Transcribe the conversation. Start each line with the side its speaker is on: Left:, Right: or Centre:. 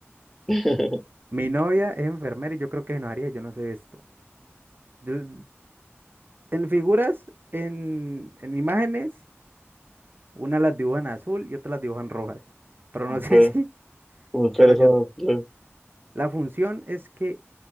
Centre: <laughs>
Right: mi novia es enfermera y yo creo que se enojaría, yo no sé esto. Yo- en figuras, en, en imágenes. Una las dibujan azul y otra las dibujan rojas. Pero
Centre: Ok.
Right: no sé <laughs> si,
Centre: Pues, ¿Cuáles
Right: pero yo,
Centre: son las
Right: la función es que